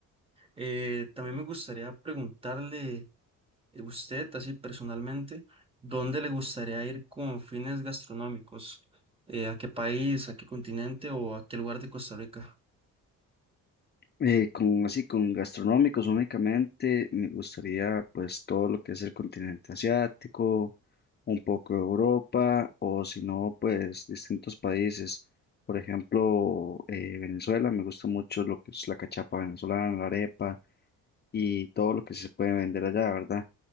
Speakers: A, on the right (about 15°); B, on the left (about 30°).
A: Eh, también me gustaría preguntarle a usted, así personalmente, ¿dónde le gustaría ir con fines gastronómicos? Eh, ¿a qué país, a qué continente o a qué lugar de Costa Rica?
B: Eh, con así, con gastronómicos únicamente, me gustaría pues todo lo que es el continente asiático, un poco de Europa o si no pues distintos países. Por ejemplo, eh, Venezuela, me gusta mucho lo que es la cachapa venezolana, la arepa y todo lo que se puede vender allá, ¿verdad?